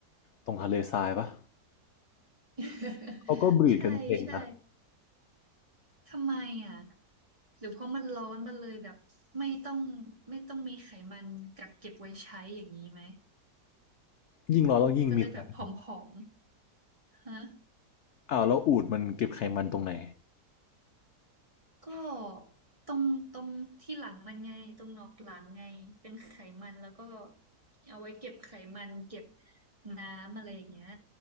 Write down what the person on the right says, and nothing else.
<laughs>
ใช่ใช่ ทำไมอ่ะหรือเพราะมันร้อนมันเลยแบบไม่ต้องไม่ต้องมีไขมันกักเก็บไว้ใช้อย่างนี้ไหม
ก็เลยแบบผอมๆฮะ
ก็ตรงตรงที่หลังมันไงตรงหนอกหลังไงเป็นไขมันแล้วก็เอาไว้เก็บไขมันเก็บน้ำอะไรอย่างเงี้ย